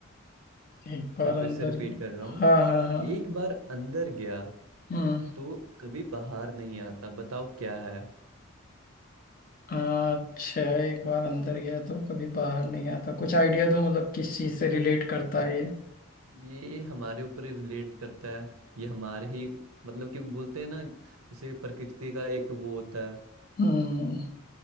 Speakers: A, on the left (about 40°); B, on the right (about 85°).
A: एक बार
B: मैं
A: अंदर
B: फिर से रिपीट
A: गया
B: कर रहा
A: हाँ
B: हूँ
A: हाँ हाँ
B: एक बार अंदर गया
A: हम्म
B: तो कभी बाहर नहीं आता बताओ क्या है
A: अच्छा एक बार अंदर गया तो कभी बाहर नहीं आता कुछ आइडिया दो मतलब किस चीज से रिलेट करता है ये
B: ये हमारे ऊपर रिलेट करता है ये हमारे ही मतलब कि बोलते हैं ना जैसे प्रकृति का एक वो होता है
A: हम्म